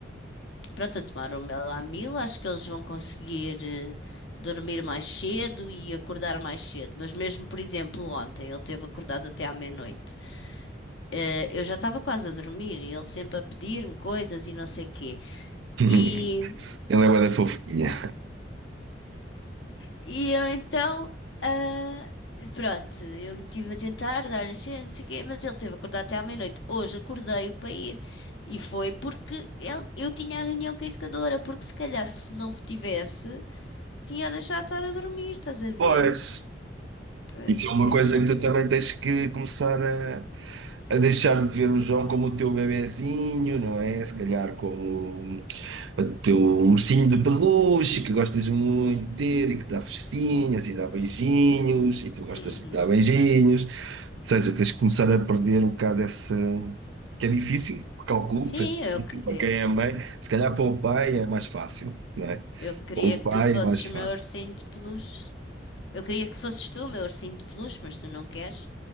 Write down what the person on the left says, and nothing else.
Pronto, a tomar o Melamil, acho que eles vão conseguir eh, dormir mais cedo e acordar mais cedo. Mas mesmo, por exemplo, ontem, ele teve acordado até à meia-noite. Eh, eu já estava quase a dormir e ele sempre a pedir-me coisas e não sei quê.
E,
e eu então, ah, pronto, eu estive a tentar dar-lhe as cenas, não sei o quê, mas ele teve acordado até à meia-noite. Hoje acordei-o para ir. E foi porque ele- eu tinha a reunião com a educadora, porque se calhar se não tivesse, tinha deixado de estar a dormir, estás a ver?
Pois,
isso
é que está.
Uhum.
Sim,
eu, que-
eh,
eu queria
que
tu fosses
o
meu ursinho de peluche. Eu queria que fosses tu o meu ursinho de peluche, mas tu não queres.